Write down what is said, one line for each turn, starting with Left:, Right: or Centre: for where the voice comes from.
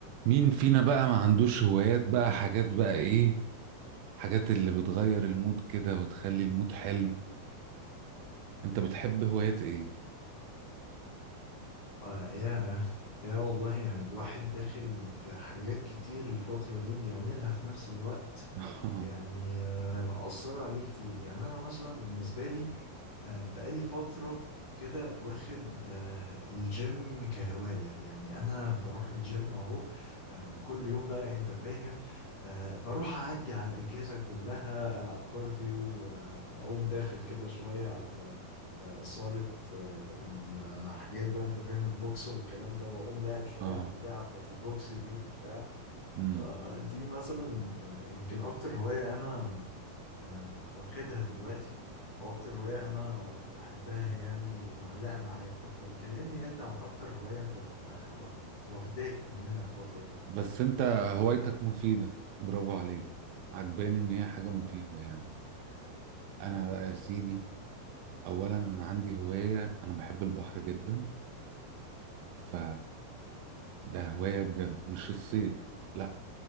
Right: مين فينا بقى ما عندوش هوايات بقى حاجات بقى ايه حاجات اللي بتغير المود كده وتخلي المود حلو انت بتحب هوايات ايه
Left: آه يا يا والله يعني الواحد داخل في حاجات كتير الفترة دي بيعملها في نفس الوقت
Right: <laughs>
Left: يعني آه، مأثرة عليه كتير يعني أنا مثلا بالنسبة لي آه، بقالي فترة كده واخد آه، الجيم كهواية يعني أنا بروح الجيم أهو آه، كل يوم بقى أنت فاهم آه، بروح أعدي على الأجهزة كلها ألعب كارديو وأقوم داخل كده شوية على آه، آه، صالة آه، الحاجات بقى أنت فاهم البوكس والكلام ده وأقوم لاعب شوية
Right: اه
Left: على البتاعة بتاعت البوكس دي وبتاع.
Right: امم
Left: فدي مثلا آه، يمكن اكتر هواية انا آه، واخدها دلوقتي او اكتر هواية انا بحبها يعني ومعلقة معايا الفترة دي كلمني انت عن اكتر هواية انت آه، واخ- واخداك مننا الفترة دي
Right: بس انت هوايتك مفيدة برافو عليك عجباني ان هي حاجة
Left: الله
Right: مفيدة
Left: يخليك
Right: يعني انا بقى يا سيدي اولا انا عندي هواية انا بحب البحر جدا ف ده هواية بجد مش الصيد لا